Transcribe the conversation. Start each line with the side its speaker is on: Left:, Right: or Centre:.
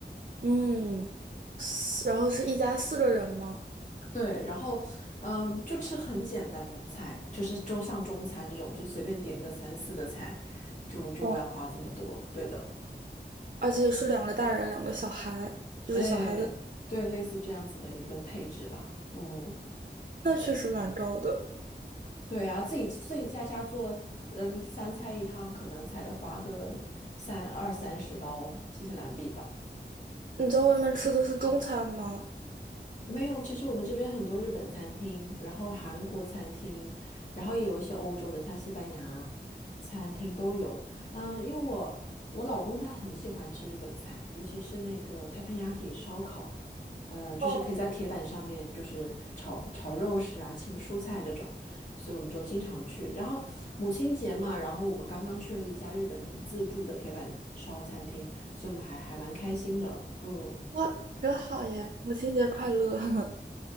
Right: 嗯，四然后是一家四个人吗？
Left: 对，然后，嗯，就吃很简单的菜，就是就像中餐这种，就随便点个三四个菜，就就要花这么多。
Right: 哦，
Left: 对的，
Right: 而且是两个大人，两个小孩，就是小孩的，
Left: 哎，对，类似这样子的一个配置吧。嗯，
Right: 那确实蛮高的。
Left: 对啊，自己自己在家做，嗯，三菜一汤，可能才花个三二三十刀新西兰币吧。
Right: 你在外面吃的是中餐吗？
Left: 没有，其实我们这边很多日本餐厅，然后韩国餐厅，然后也有一些欧洲的，像西班牙餐厅都有。嗯，因为我我老公他很喜欢吃日本菜，尤其是那个 teppanyaki 烧烤，呃，就是可以在铁板上面就是炒炒肉食啊、
Right: 哦，
Left: 青蔬菜这种，所以我们就经常去。然后母亲节嘛，然后我们刚刚去了一家日本自助的铁板烧餐厅，所以我们还还蛮开心的。嗯，
Right: 哇，真好耶！母亲节快乐！<laughs>